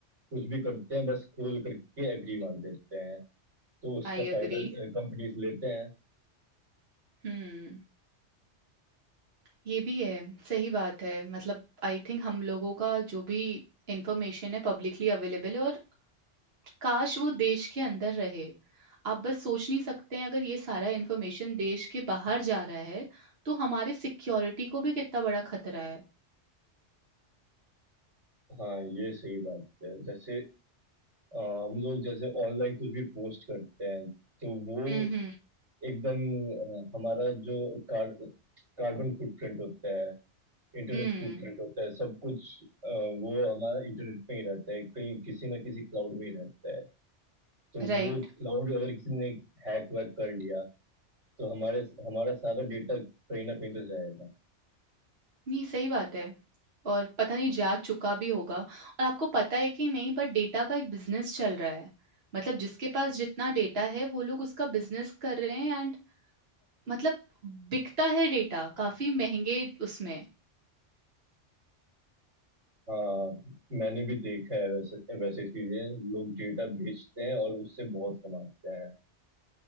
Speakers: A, on the right; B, on the right.
A: कुछ भी करते हैं बस खोल करके एग्री मार देते हैं तो उसका
B: I
A: फायदा
B: agree.
A: कंपनीज लेते हैं
B: हुँ, ये भी है, सही बात है। मतलब आई थिंक हम लोगों का जो भी इन्फॉर्मेशन है पब्लिकली अवेलेबल है और काश वो देश के अंदर रहे। आप बस सोच नहीं सकते हैं अगर ये सारा इन्फॉर्मेशन देश के बाहर जा रहा है, तो हमारे सिक्योरिटी को भी कितना बड़ा खतरा है।
A: हाँ ये सही बात है जैसे अ, हम लोग जैसे ऑनलाइन कुछ भी पोस्ट करते हैं तो वो
B: हुँ, हुँ,
A: एकदम अ, हमारा जो कार, कार्बन फुटप्रिंट होता है इंटरनेट
B: हुँ,
A: फुटप्रिंट होता है सब कुछ अ, वो हमारा इंटरनेट पे ही रहता है कहीं किसी ना किसी क्लाउड में ही रहता है तो
B: राइट।
A: वो क्लाउड अगर किसी ने हैक वैक कर लिया तो हमारे हमारा सारा डेटा कहीं ना कहीं तो जाएगा
B: नहीं, सही बात है और पता नहीं जा चुका भी होगा और आपको पता है कि नहीं बट डेटा का एक बिज़नेस चल रहा है। मतलब जिसके पास जितना डेटा है वो लोग उसका बिज़नेस कर रहे हैं एंड मतलब बिकता है डेटा काफ़ी महँगे उसमें।
A: हाँ मैंने भी देखा है वैसे वैसे चीजें लोग डेटा बेचते हैं और उससे बहुत कमाते हैं